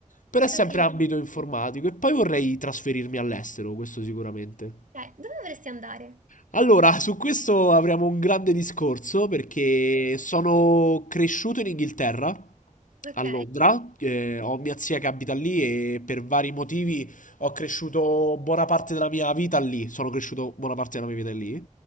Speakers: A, on the left; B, on the right.
A: Però
B: capito.
A: è sempre ambito informatico. E poi vorrei trasferirmi all'estero, questo sicuramente.
B: Ok, dove vorresti andare?
A: Allora, su questo avremo un grande discorso perché sono cresciuto in Inghilterra,
B: Ok,
A: a Londra, eh, ho mia zia che abita lì e per vari motivi ho cresciuto buona parte della mia vita lì, sono cresciuto buona parte della mia vita lì